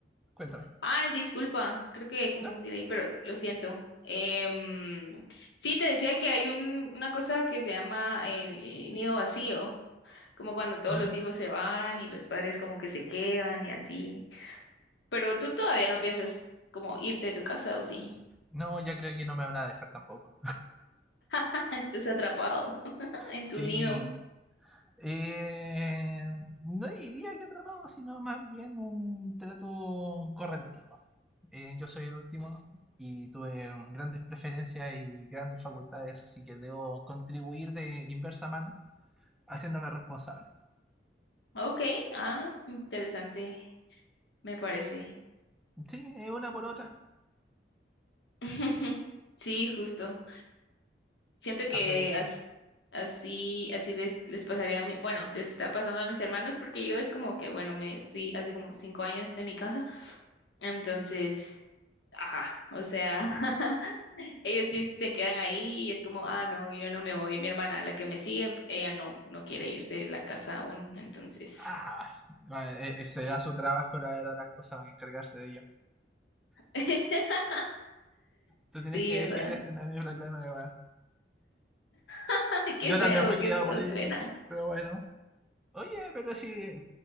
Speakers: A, in the centre; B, on the left.
A: Cuéntame.
B: Ah, disculpa, creo que hay como
A: No,
B: un delay, pero lo siento. Em, sí, te decía que hay un- una cosa que se llama el nido vacío, como cuando todos
A: no, mm,
B: los hijos se van y los padres como que se quedan y así. Pero tú todavía no piensas como irte de tu casa, ¿o sí?
A: no, ya creo que no me van a dejar tampoco.
B: <laughs> estás atrapado <laughs> en
A: Sí.
B: tu nido.
A: eh, no diría que atrapado, sino más bien un trato correlativo. Eh, yo soy el último y tuve grandes preferencias y grandes facultades, así que debo contribuir de inversa mano, haciéndome responsable.
B: Ok, ah, interesante, me parece.
A: Sí, es una por otra.
B: <laughs> Sí, justo. Siento que
A: Aprovechan
B: as- así, así les, les pasaría a mi- bueno, les está pasando a mis hermanos porque yo es como que, bueno, me fui hace como cinco años de mi casa, entonces, ajá, o sea, <laughs> ellos sí se quedan ahí y es como, ah, no, yo no me voy, mi hermana, la que me sigue, ella no, no quiere irse de la casa aún, entonces,
A: Ah, bueno, e- ese era su trabajo, la verdad, las cosas, van a encargarse de ellos.
B: <laughs>
A: Tú tienes
B: sí,
A: que decir,
B: ¿verdad?
A: este no es mi problema, y bueno,
B: <laughs>
A: Yo
B: Qué feo,
A: también fui criado
B: qué feo
A: por ellos,
B: suena,
A: pero bueno. Oye, pero si,